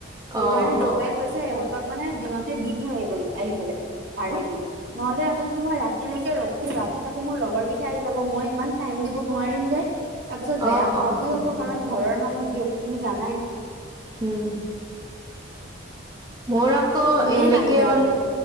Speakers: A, on the right; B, on the right.
A: সেইকাৰণে
B: অ',
A: দেউতাই
B: অ',
A: কৈছে ইহঁতক মানে দিনতে দি থৈ আহিবলে আহিবলে। পাটিৰ্টো নহলে আকৌ যদি মই ৰাতিলৈকে ৰখো ৰাতি আকৌ মোৰ লগৰকেইটা আহি যাব মই ইমান টাইম দিব নোৱাৰিম যে তাৰপিছত বেয়া
B: অ',
A: পোৱা‌
B: অ',
A: পুই
B: তাকে,
A: হ'ব কাৰণ ঘৰৰ মানুহ যিহেতু তুমি জানাই।
B: উম। মোৰ আকৌ
A: তুমিয়ে
B: এনেকে
A: নাহিলা
B: মানে,
A: আৰু